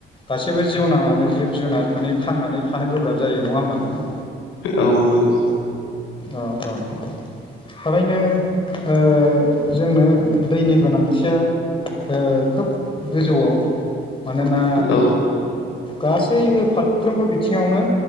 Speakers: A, on the left (about 25°); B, on the left (about 90°).
A: गासैबो जिउनााङानो जिब जुनार माने थांनानै थानो गोब्राब जायो नङा होमबा नोंथां?
B: औ नंगौ।
A: अ अ। थारैनो ओ जोंनो दैनि गोनांथिया ओ खोब गोजौआव मानोना
B: औ
A: गासैबो फारफ्रोमबो बिथिङावनो